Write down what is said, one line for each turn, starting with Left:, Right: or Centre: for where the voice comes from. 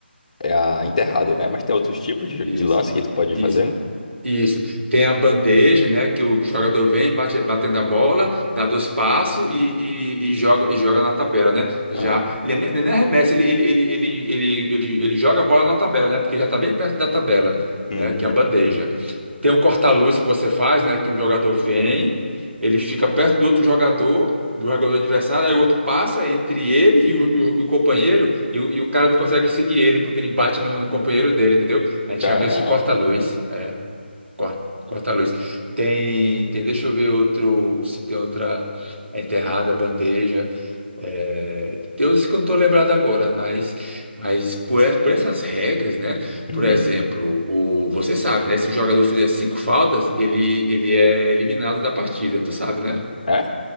Left: é a enterrada, né? Mas tem outros tipos de,
Right: isso,
Left: de lance que tu pode
Right: isso.
Left: fazer, né?
Right: Isso. Tem a bandeja, né? Que o jogador vem bate, batendo a bola, dá dois passos e, e, e joga, e joga na tabela, né? Já.
Left: Ah,
Right: Ele nem, nem arremessa, ele, ele, ele, ele, ele, ele, ele joga a bola na tabela, né? Porque já está bem perto da tabela,
Left: hum,
Right: né? Que é a bandeja. Tem um corta-luz que você faz, né? Que um jogador vem, ele fica perto do outro jogador, do jogador adversário, aí o outro passa entre ele e o, e o- e o companheiro, e o, e o cara não consegue seguir ele, porque ele bate no, no companheiro dele, entendeu? A gente
Left: caramba.
Right: chama isso de corta-luz. Corta, corta a luz. Tem, tem, deixa eu ver outro, se tem outra é enterrada, bandeja. É, tem outros que eu não estou lembrado agora, mas, mas por, e- por essas regras, né?
Left: Uhum.
Right: Por exemplo, o, você sabe, né? Se o jogador fizer cinco faltas, ele, ele é eliminado da partida. Tu sabe, né?
Left: É?